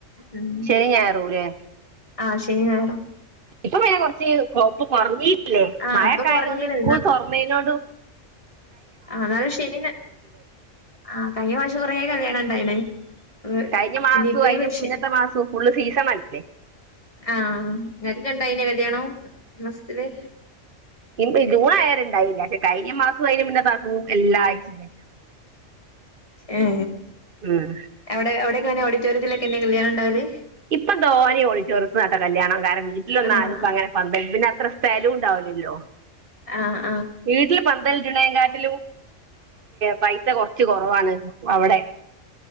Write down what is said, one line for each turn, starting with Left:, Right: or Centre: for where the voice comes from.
Left: ഉം
Right: ശനിനായറൂല്ലേ
Left: ആഹ് ശനി ഞായറും
Right: ഇപ്പ പിന്നെ കൊറച്ച് അപ്പൊ പൊറഞ്ഞി ല്ലെ
Left: ആഹ്
Right: മഴക്കായതുകൊണ്ട്
Left: ഇപ്പൊ കൊറഞ്ഞീണ്
Right: സ്കൂൾ തുറന്നേനോട്
Left: ആ ന്നാലും ശനിന ആ കയിഞ്ഞ പ്രാവിശ്യം കൊറേ കല്യാണം <unintelligible>
Right: കഴിഞ്ഞ മാസവും
Left: പിന്നെ ഇപ്പൊ
Right: അതിന്റെ
Left: ഈ വിഷ
Right: മുന്നത്തെ മാസവും ഫുള്ള് സീസണ <inaudible>
Left: ആ നല്ല ണ്ടായിന കല്യാണം ഈമാസത്തില്
Right: <unintelligible> കഴിഞ്ഞ മാസൊം അയ്ന് മുന്നത്താസൊം എല്ലാ ആഴ്ച്ച
Left: ആ
Right: ഉം
Left: എവിടെ എവിടെൊക്കെ ഓട ചറ്റോരത്തിലൊക്കെ കല്യാണം ഉണ്ടാവല്
Right: ഇപ്പൊ ധോാന ഓഡിറ്റോറിയസ് നട കല്യാണം കാരണം വീട്ടിലൊന്ന
Left: ആഹ്
Right: ആരുംക്കും അങ്ങനെ പന്ത പിന്നെ അത്ര സ്ഥലുണ്ട് ഇാവലല്ലോ
Left: ആ
Right: വീട്ടില് പന്തലിടണെകാട്ടിലും പൈസ കൊറച്ച് കൊറവാണ് അവിടെ